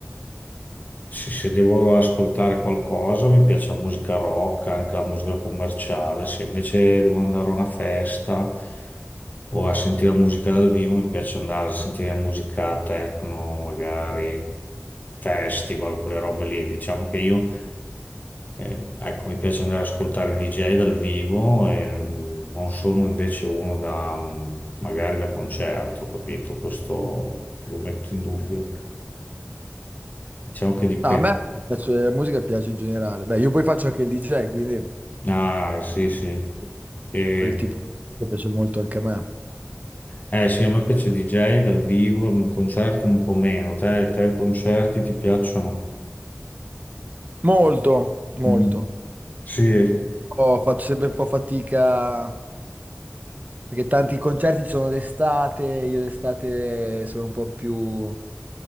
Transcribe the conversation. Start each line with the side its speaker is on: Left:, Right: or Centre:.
Left: se, se devo ascoltare qualcosa mi piace la musica rock, anche la musica commerciale, se invece devo andare a una festa o a sentire musica dal vivo mi piace andare a sentire musica techno, magari festival, quelle robe lì. Diciamo che io eh, ecco, mi piace andare ad ascoltare DJ dal vivo e mm, non sono invece uno da mm, magari da concerto, capito? Questo lo metto in dubbio. Diciamo che dipende.
Right: No, a me piace, la musica piace in generale. Beh, io poi faccio anche il DJ, quindi
Left: Ah, sì, sì. E-
Right: quel tipo di musica piace molto anche a me.
Left: eh sì, a me piace DJ dal vivo, un concerto un po' meno. Te, te i concerti ti piacciono?
Right: Molto, molto.
Left: Mm. Sì,
Right: No, faccio sempre un po' fatica perché tanti concerti ci sono d'estate, io d'estate sono un po' più